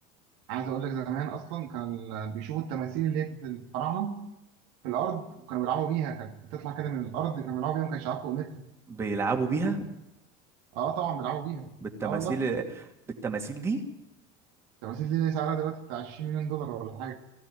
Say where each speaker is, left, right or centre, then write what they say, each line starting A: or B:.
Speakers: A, on the right; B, on the right.
A: عايز اقول لك زمان اصلا كان بيشوفوا التماثيل اللي هي كانت الفراعنه في الارض كانوا بيلعبوا بيها كانت بتطلع كده من الارض كانوا بيلعبوا بيها ما كانش عارف قيمتها
B: بيلعبوا بيها
A: اه طبعا بيلعبوا بيها
B: بالتماثيل
A: اه والله
B: بالتماثيل دي
A: التماثيل دي سعرها دلوقتي بتاع 20 مليون دولار ولا حاجه